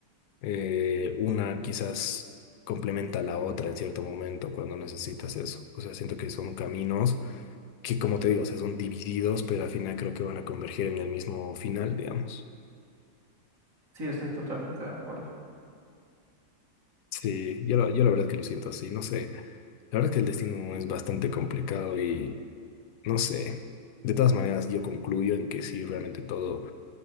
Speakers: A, on the left (about 85°); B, on the right (about 55°).
A: eh, una quizás complementa a la otra en cierto momento cuando necesitas eso. O sea, siento que son caminos que, como te digo, o sea, son divididos, pero al final creo que van a converger en el mismo final, digamos.
B: sí, estoy totalmente de acuerdo.
A: Sí, yo, la- yo la verdad que lo siento así, no sé. La verdad que el destino es bastante complicado y no sé. De todas maneras, yo concluyo en que sí, realmente todo,